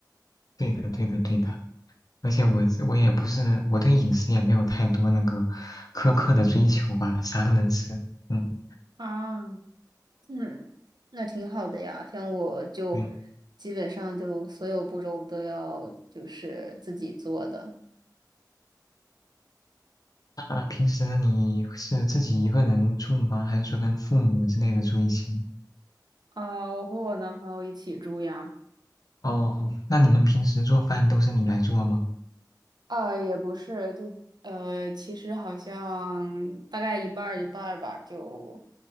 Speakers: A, on the left; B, on the right.
A: 对的，对的，对的。而且我我也不是我对饮食也没有太多那个苛刻的追求吧，啥都能吃。嗯，
B: 啊，嗯，那挺好的呀。像我就
A: 对。
B: 基本上就所有步骤都要就是自己做的。
A: 那平时你是自己一个人住吗？还是说跟父母之类的住一起呢？
B: 啊，我和我男朋友一起住呀。
A: 哦，那你们平时做饭都是你来做吗？
B: 啊，也不是，就呃，其实好像大概一半儿一半儿吧，就